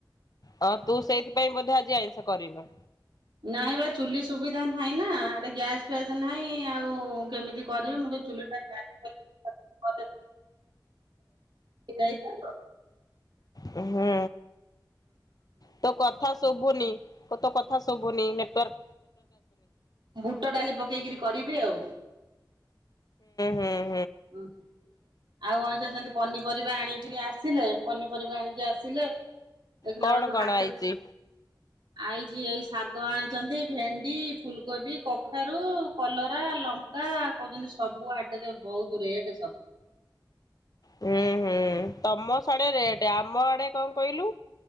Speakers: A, on the left; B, on the right.
A: ହଁ ତୁ ସେଇଥିପାଇଁ ବୋଧେ ଆଜି ଆଇଁଷ କରିନୁ।
B: ନାଇ ପା ଚୁଲି ସୁବିଧା ନାହିଁ ନା, ଏ ଗ୍ୟାସ ଫ୍ୟାସ ନାହିଁ ଆଉ କେମିତି କରିବି, ମୁଁ ଚୁଲିଟାରେେ <unintelligible> ସେ <unintelligible>
A: ହୁଁ, ତ କଥା ଶୁଭୁନି? କ ତ କଥା ଶୁବୁନି ନେଟୱାର୍
B: ବୁଟ ଡାଲି ପକେଇକିରି କରିବି ଆଉ
A: ହୁଁ ହୁଁ।
B: ହୁଁ ଆଉ କଣଷ <unintelligible> ସେମତି ପନିପରିବା ଆଣିକିରି ଆସ ଆସିଲେ, ପନିପରିବା ଆଣିକି ଆସିଲେ, ଦେଖିଲା
A: କଣ
B: ବେଳକୁ
A: କଣ
B: ହାଟରେ
A: ଆଇଚି?
B: ଆଇଛି, ଏଇ ଶାଗ ଆଣିଛନ୍ତି, ଭେଣ୍ଡି, ଫୁଲକୋବି, କଖାରୁ, କଲରା ଲଙ୍କା, କହୁଛନ୍ତି ସବୁ ଆଟରେ ବହୁତ ରେଟ ସବୁ
A: ହୁଁ, ହୁଁ, ତମ ସଡେ ରେଟ ଆମ ଆଡେ କଣ କହିଲୁ,